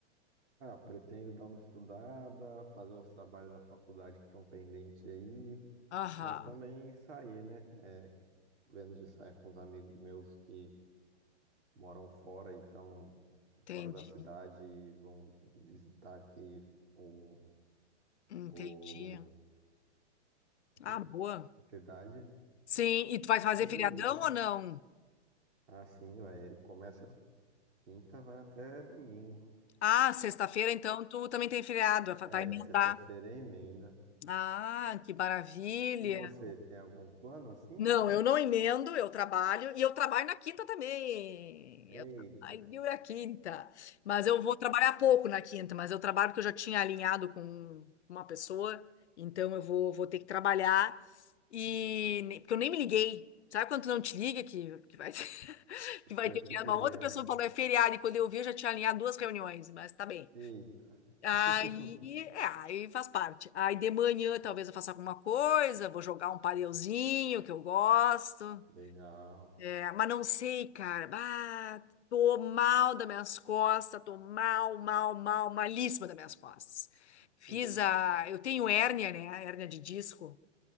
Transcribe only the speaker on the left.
Aham,
entendi,
entendi.
Ah, boa.
Sim, e tu vai fazer
feriadão
ou não?
Ah, sexta-feira, então tu também tem feriado, vai
vai emendar.
Ah, que maravilha.
Não, eu não emendo, eu trabalho, e eu trabalho na quinta também. Eu
trabalho na quinta. Mas eu vou trabalhar pouco na quinta, mas eu trabalho porque eu já tinha alinhado com uma pessoa, então eu vou, vou ter que trabalhar. E ne- porque eu nem me liguei. Sabe quando tu não te liga que, que vai que vai
ter
que
uma outra pessoa falou é feriado e quando eu vi eu já tinha alinhado duas reuniões, mas tá bem.
Aí,
é, aí faz parte. Aí de manhã talvez eu faça alguma coisa, vou jogar um padelzinho que eu gosto.
É, mas não sei, cara. Ah, tô mal das minhas costas, tô mal, mal, mal, malíssima das minhas costas. Fiz
a, eu tenho hérnia, né? Hérnia de disco.